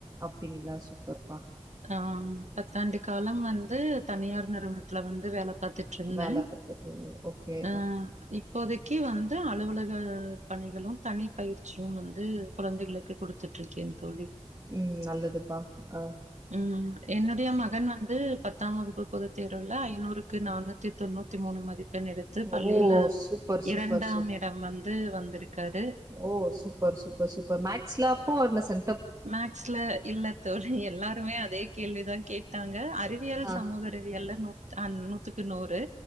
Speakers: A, on the right; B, on the right.
A: அப்டிங்களா சூப்பர்ப்பா
B: ஆ பத்தாண்டு காலம் வந்து தனியார் நிறுவனத்துல வந்து வேல பாத்துட்டு இருந்தே
A: வேல பாத்துட்டு இருந்தீங்க ஓகே
B: ஆ இப்போதைக்கு வந்து அலுவலக பணிகளு தனி பயிற்சியு வந்து இப்ப வந்து <unintelligible> குடுத்துட்டு இருக்கேன் தோழி
A: ம் நல்லதுப்பா ஆ
B: ம் என்னுடைய மகன் வந்து பத்தாம் வகுப்பு பொதுத் தேர்வுல ஐநூறுக்கு நானூத்தி தொண்ணூத்தி மூணு மதிப்பெண் எடுத் எடுத்து‌ பள்ளியில
A: ஓ சூப்பர் சூப்பர்
B: இரண்டாம்
A: சூப்பர்
B: இடம் வந்து வந்திருக்காரு
A: ஓ சூப்பர் சூப்பர் சூப்பர் மேக்ஸ்ல அப்போ என்ன செ
B: மேக்ஸ்ல இல்ல தோழி எல்லாருமே அதே கேள்விதா கேட்டாங்க அறிவியல்
A: ஆ
B: சமூக அறிவியல்ல நூத் அ நூத்துக்கு நூறு